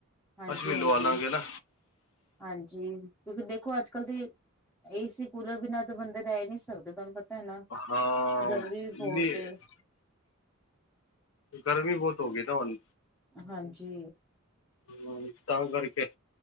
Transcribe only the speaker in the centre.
ਹਾਂਜੀ,
ਹਾਂਜੀ,
ਹਾਂਜੀ ਤੁਸੀ ਦੇਖੋ ਅੱਜ ਕੱਲ੍ਹ ਦੇ, ਏਸੀ ਕੂਲਰ ਬਿਨਾਂ ਤਾਂ ਬੰਦੇ ਰਹਿ ਨਹੀਂ ਸਕਦੇ ਤੁਹਾਨੂੰ ਪਤਾ ਹੈ ਨਾ
ਗਰਮੀ ਵੀ ਬਹੁਤ
ਏ,
ਹਾਂਜੀ।